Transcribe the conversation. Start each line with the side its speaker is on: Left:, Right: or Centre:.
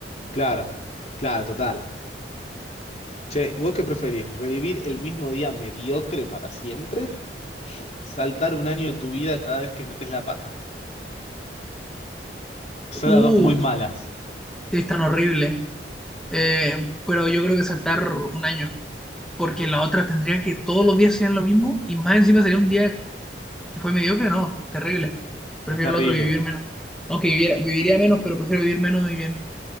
Left: claro, claro, total. Che, ¿y ¿vos qué preferís? ¿Revivir el mismo día mediocre para siempre? ¿Saltar un año de tu vida cada vez que metes la pata? Son
Centre: Uh,
Left: las dos muy malas.
Centre: sí, es tan horrible. Eh, pero yo creo que saltar un año. porque la otra tendría que todos los días serían lo mismo y más encima sería un día que fue mediocre, no, terrible. Prefiero
Left: Es terrible.
Centre: el otro vivir menos. Aunque viviera, viviría menos, pero prefiero vivir menos y bien.